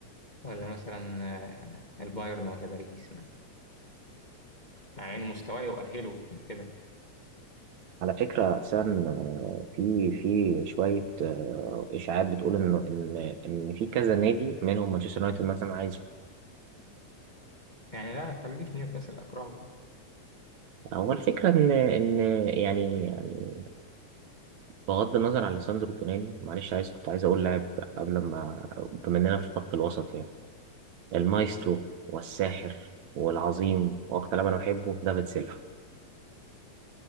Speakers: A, on the left; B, on the right.
A: ولا مثلا آه، البايرن ولا باريس ما. مع ان مستواه يؤهله لكده
B: على فكرة أساسا آه، في في شوية آه، إشاعات بتقول إن إن إن في كذا نادي منهم مانشستر يونايتد مثلا عايز
A: يعني لا خليه في نيوكاسل اكرم له
B: هو الفكرة إن إن يعني يعني بغض النظر عن ليساندرو تونالي معلش عايز كنت عايز أقول لاعب قبل ما بما إننا في خط الوسط يعني المايسترو والساحر والعظيم وأكتر لاعب أنا بحبه دافيد سيلفا